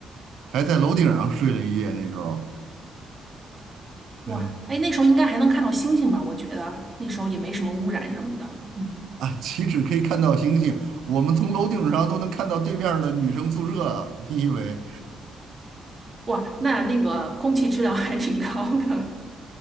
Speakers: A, on the right; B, on the right.
A: 还在楼顶上睡了一夜，那时候，
B: 哇，
A: 唉
B: 哎，那时候应该还能看到星星吧？我觉得那时候也没什么污染什么的。嗯，
A: 啊，岂止可以看到星星，我们从楼顶上都能看到对面儿的女生宿舍啊！<laughs> 你以为？
B: 哇，那那个空气质量还挺高的。